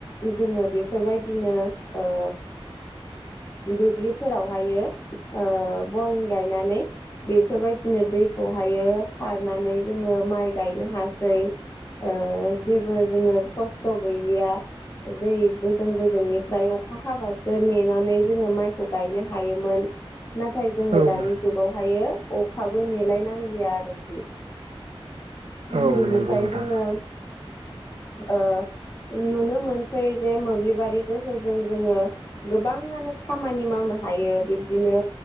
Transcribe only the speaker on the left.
जोङो बेफोरबायदिनो ओ दुब्लिफोरावहायो ओ बरिं गायनानै बेफोरबायदिनो दैखौहायो सारनानै जोङो माइ गायनो हासै ओ जेबो जोङो खस्थ' गैलिया दै बोजों बोजोंनिफ्राय अखा हाबासो नेे नानै जोङो माइखौ गायनो हायोमोन नाथाय जोङो
दानि जुगावहायो अखाबो नेलायनांलिया आरोखि बिनिफ्राय
जोङो ओ नुनो मोनसै जे मोब्लिबारि गोहोजों जोङो गोबाङानो खामानि मावनो हायो बिब्दिनो